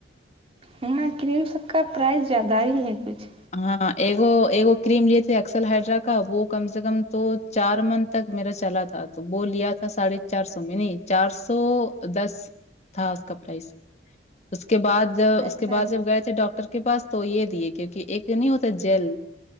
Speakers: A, on the right (about 30°); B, on the left (about 35°).
A: ہاں کریم سب کا پرائز زیادہ ہی ہے کچھ
B: ہاں ایک ایک کریم لیے تھے اکسل ہائڈرا کا وہ کم سے کم تو چار منتھ تک میرا چلا تھا تو وہ لیا تھا ساڑھے چار سو میں نہیں چار سو دس تھا اس کا پرائز اس کے بعد اس
A: اچھا
B: کے بعد جب گئے تھے ڈاکٹر کے پاس تو یہ دیے کیونکہ ایک نہیں ہوتا جل